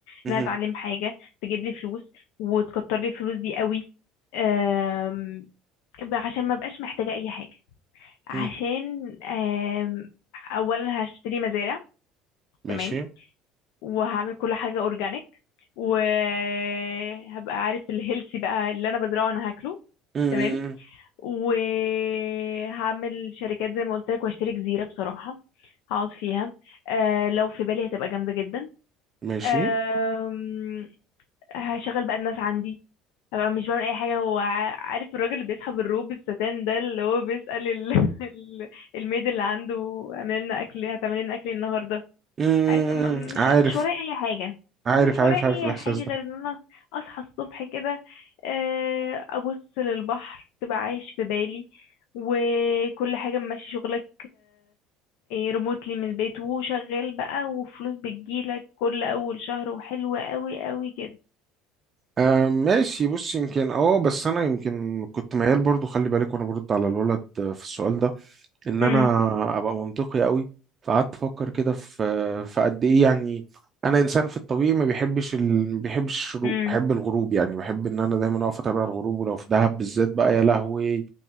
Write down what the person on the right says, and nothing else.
مهم.
مم.
ماشي
مم.
ماشي
مم.
عارف
عارف
عارف
عارف الاحساس
ده
آه ماشي بص يمكن اه بس انا يمكن كنت ميال برضو خلي بالك وانا برد على الولد آه، في السؤال ده ان
انا ابقى منطقي قوي فقعدت افكر كده في في قد ايه يعني انا انسان في الطبيعي ما بيحبش ال... ما بيحبش الشروق
بحب الغروب يعني بحب ان انا دايما اقف اتابع الغروب ولو في دهب بالذات بقى يا لهوي